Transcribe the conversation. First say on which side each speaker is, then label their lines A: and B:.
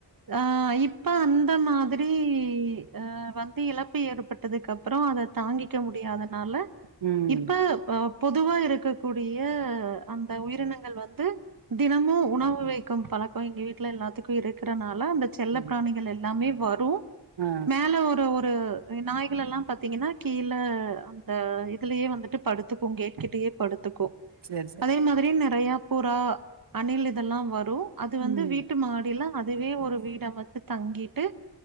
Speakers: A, on the right; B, on the right.
A: ஆ இப்ப அந்த மாதிரி அ வந்து இழப்பு ஏற்பட்டதுக்கப்றோ அதத் தாங்கிக்க முடியாதனால
B: ம்
A: இப்ப ஆப் பொதுவா இருக்கக்கூட் பிய அந்த உயிரினங்கள் வந்து தினமு உணவு வைக்கும் பழக்கோ எங்க வீட்ல எல்லாத்துக்கு இருக்றனால அந்தக் செல்ல
B: ம்
A: ப்ராணிகள் எல்லாமே வரு
B: ஆ
A: மேல ஒரு ஒ பு நாய்கள் எல்லா பாத்தீங்கன்னா கீழ அந்த இதுலயே வந்துட்டு படுத்துக்கு கேட்கிட்டயே படு த்துக்கு
B: சேரி சேரி
A: அதே மாதிரி நெறையா புறா அணில் இதெல்லா வரு அது வந்து
B: ம்
A: வீட்டு மாடில அதுவே ஒரு வீடாமத்து தங்கிட்டு